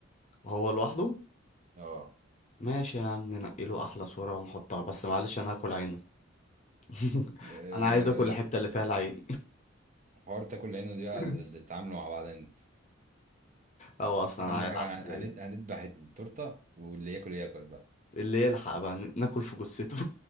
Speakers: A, on the left (about 35°); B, on the right (about 35°).
A: هو لوحده
B: اه
A: ماشي يا عم ننقي له أحلى صورة ونحطها بس معلش أنا هاكل عينه <laughs>
B: آه،
A: انا عايز اكل الحته اللي فيها العين
B: حوار تاكل عينه دي بقى
A: <laughs>
B: تتعاملوا مع بعض انت
A: هو اصلا
B: <laughs> اهم
A: عيل
B: حاجه
A: عسليه
B: هن- هندبح التورته واللي ياكل ياكل بقى
A: اللي يلحق بقى ن- ناكل في جثته